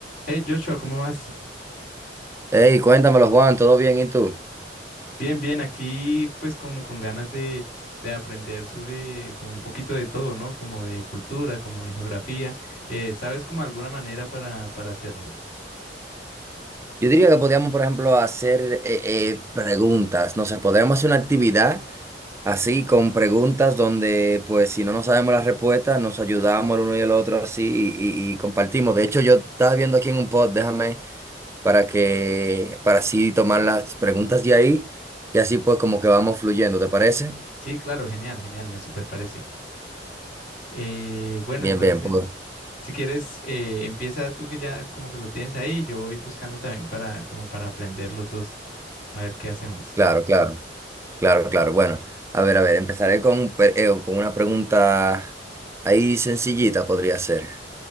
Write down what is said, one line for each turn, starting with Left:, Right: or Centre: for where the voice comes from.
Left: Hey Joshua, ¿cómo vas?
Right: Hey, cuéntamelo, Juan, ¿todo bien? ¿Y tú?
Left: Bien, bien, aquí pues como con ganas de, de aprender sobre como un poquito de todo, ¿no? Como de cultura, como de geografía. Eh, ¿sabes como alguna manera para, para hacerlo?
Right: Yo diría que podríamos, por ejemplo, hacer eh, eh, preguntas, no sé, podríamos hacer una actividad así con preguntas donde, pues, si no nos sabemos las respuestas, nos ayudamos el uno y el otro así y, y- y compartimos. De hecho, yo estaba viendo aquí en un pod, déjame, para que, para así tomar las preguntas de ahí y así pues como que vamos fluyendo, ¿te parece?
Left: Sí, claro, genial, genial, me super parece. Eh, bueno,
Right: Bien,
Left: entonces,
Right: bien, pues,
Left: si quieres, eh, empieza tú que ya como que lo tienes ahí, yo voy buscando también para como para aprender los dos. A ver qué hacemos.
Right: claro, claro. Claro, claro. Bueno, a ver, a ver, empezaré con, pe- eh, con una pregunta ahí sencillita, podría ser.